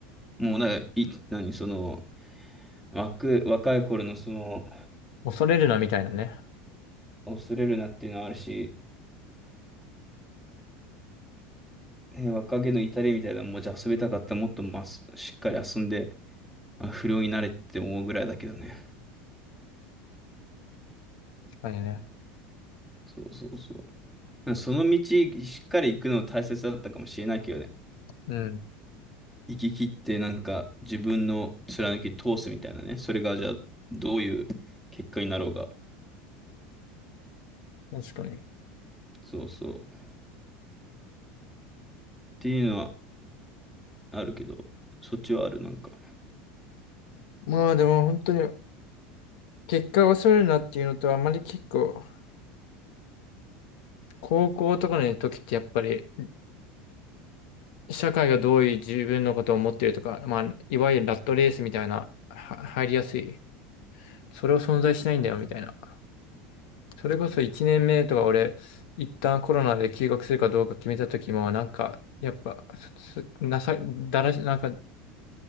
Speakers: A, in the centre; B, on the left.
A: もうなんか、い、何、その、若、若い頃のその、
B: 恐れるなみたいなね。
A: 恐れるなっていうのはあるし、ね、若気の至りみたいなのも、じゃあ遊びたかったらもっとまあ、しっかり遊んで、まあ、不良になれって思うぐらいだけどね。
B: 確かにね。
A: そうそうそう。その道しっかり行くの大切だったかもしれないけどね。
B: うん。
A: 行き切ってなんか自分の貫き通すみたいなね。それがじゃあどういう結果になろうが。
B: 確かに。
A: そうそう。っていうのはあるけど、そっちはあるなんか。
B: まあでも本当に、結果を恐れるなっていうのと、あまり結構、高校とかの時ってやっぱり、社会がどういう自分のことを思ってるとか、まあ、いわゆるラットレースみたいな、は入りやすい。それを存在しないんだよみたいな。それこそ1年目とか俺、一旦コロナで休学するかどうか決めた時も、なんか、やっぱ、すなさ、だらし、なんか、